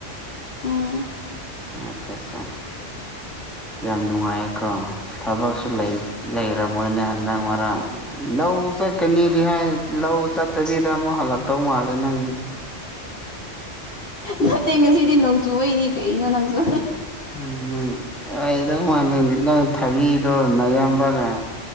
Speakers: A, on the left (about 50°); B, in the centre.
A: ꯎꯝ
B: ꯑꯆꯥꯆꯥ ꯌꯥꯝ ꯅꯨꯡꯉꯥꯏꯀꯣ ꯊꯕꯛꯁꯨ ꯂꯩ ꯂꯩꯔꯝ ꯃꯣꯏꯅꯦ ꯍꯟꯗꯛ ꯃꯔꯛ ꯂꯧ ꯆꯠꯀꯅꯤꯗꯤ ꯍꯥꯏ ꯂꯧ ꯆꯠ ꯅꯠꯇꯕꯤꯗ ꯑꯃꯨꯛ ꯍꯜꯂꯛꯇꯧ ꯃꯥꯜꯂꯦ ꯅꯪꯒꯤꯁꯦ
A: ꯅꯠꯇꯦ ꯉꯁꯤꯗꯤ ꯅꯣꯡꯆꯨꯕꯩꯅꯤ ꯀꯩꯅꯣ ꯅꯪꯁꯨ
B: ꯎꯝ <unintelligible> ꯃꯥꯟꯗꯦ ꯅꯪ ꯊꯕꯤꯗꯣ ꯅꯌꯥꯝꯕꯒ